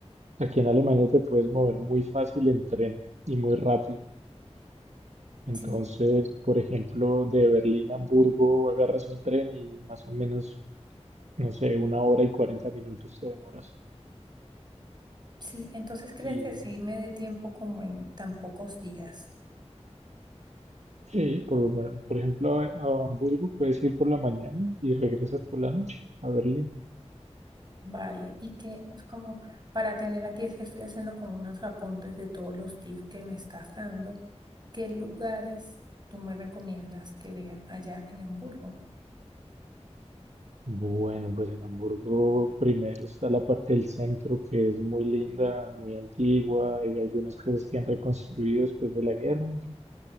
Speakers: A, on the right (about 75°); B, on the right (about 40°).
A: aquí en Alemania te puedes mover muy fácil en tren y muy rápido. Entonces,
B: sí,
A: por ejemplo, de Berlín a Hamburgo agarras un tren y más o menos, no sé, una hora y cuarenta minutos te demoras.
B: sí. Entonces, ¿crees
A: Y
B: que sí me dé tiempo como en tan pocos días?
A: sí, por, lo men- por ejemplo, a, a Hamburgo puedes ir por la mañana y regresas por la noche a Berlín.
B: Vale, y que es como para tener aquí, es que estoy haciendo como unos apuntes de todos los tips que me estás dando ¿Qué lugares tú me recomiendas que vea allá en Hamburgo?
A: Bueno, pues en Hamburgo primero está la parte del centro que es muy linda, muy antigua, y algunas cosas que han reconstruido después de la guerra. y